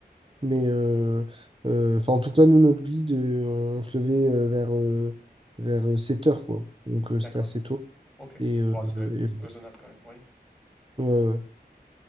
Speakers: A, on the right; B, in the centre.
A: Mais. euh, euh, Enfin, en tout cas, nous, notre guide, euh, on se levait euh, vers, euh, vers euh, 7 heures, quoi. Donc, euh,
B: D'accord.
A: c'était assez tôt.
B: OK.
A: Et, euh,
B: Bon, c'est rais-
A: et-
B: c'est raisonnable quand même, oui.
A: voilà. ouais, ouais.